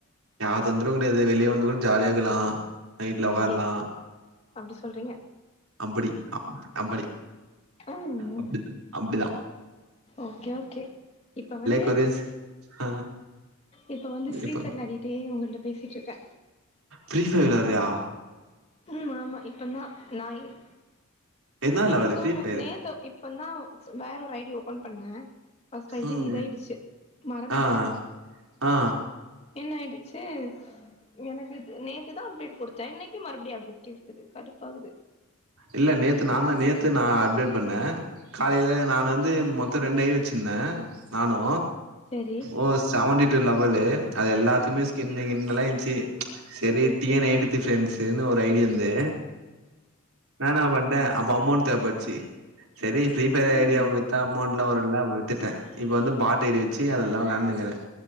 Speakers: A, on the right; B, on the left.
A: யார் தொந்தரவு கெடையாது வெளிய வந்து கூட ஜாலியா இருக்கலா நைட்ல ஒக்காரலா
B: அப்டி அப்டி சொல்றீங்க
A: அப்டி அப்டி
B: ம்
A: அப்டு அப்டிதா
B: ஓகே ஓகே இப்ப வந்து
A: கொரியன்ஸ் ஆ
B: இப்ப வந்து ஃப்ரீ
A: இப்ப
B: ‌ஃபையர் விளாடிட்டே உங்கள்ட்ட பேசிட்டு ருக்கே
A: ஃப்ரீஃபையர் வெளாட்றியா
B: ம் ஆமா இப்பந்தா நாயிர்
A: என்னா
B: நேத்தோ
A: லெவலு ஃப்ரீ
B: மு
A: ஃபயரு
B: நேத்தோ இப்பந்தா வேற ஒரு ஐடி ஓப்பன் பண்ணே ஃபர்ஸ்ட் ஐடி
A: ம்
B: இதாயிடுச்சு மறந்துடுச்சு
A: ஆ ஆ
B: என்ன ஆயிடுச்சு எனக்கு நேத்துதா அப்டேட் குடுத்தே இன்னைக்கு மறுபடி அப்டேட் கேக்குது கடுப்பாகுது
A: இல்ல நேத்து நாந்தா நேத்து நா அப்டேட் பண்ணே காலைல நானு வந்து மொத்தோ ரெண்டு ஐ டி வச்சிருந்தே நானோ
B: செரி
A: ஒ செவன்டி டூ லெவல்லு அது எல்லாத்துமே ஸ்கின்னு கின்னுல்லா இன்சி சரி டி என் எயிட்டி தி ஃப்ரெண்ட்ஸுன்னு ஒரு ஐடி எந்து நா நா பண்ட்டே அப்போ அமௌண்ட் தேவப்படுச்சு சரி ஃப்ரீஃபயர்
B: ம்
A: ஐடிய. வித்தா அமௌண்ட்ல்லா வருல்ல வித்துட்டே இப்ப வந்து பாட் ஐ டி வச்சி அதெல்லா வெளாண்டுக்குறே